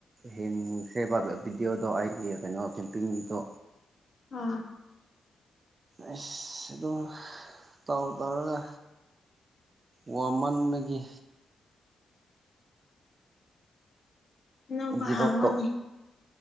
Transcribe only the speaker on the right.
ꯍꯦꯟꯁꯦ ꯚꯗꯤꯑꯣꯗ ꯑꯩꯒꯤ ꯀꯩꯅꯣ ꯀꯦꯝꯄꯤꯡꯒꯤꯗꯣ
ꯑ ꯑꯗꯨꯝ ꯇꯥꯎ ꯇꯥꯎꯔꯒ ꯋꯥ ꯃꯥꯟꯅꯗꯒꯤ
ꯒꯤꯞ
ꯑꯞ ꯇꯧ